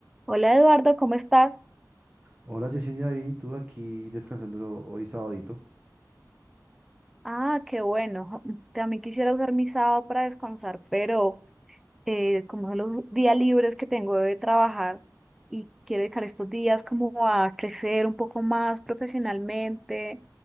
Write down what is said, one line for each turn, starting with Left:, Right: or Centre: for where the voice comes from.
Centre: Hola Eduardo, ¿cómo estás?
Right: Hola Yesenia, bien, ¿y tú aquí descansando hoy sabadito?
Centre: Ah, qué bueno. También quisiera usar mi sábado para descansar, pero eh, como son los días libres que tengo de trabajar y quiero dedicar estos días como a crecer un poco más profesionalmente,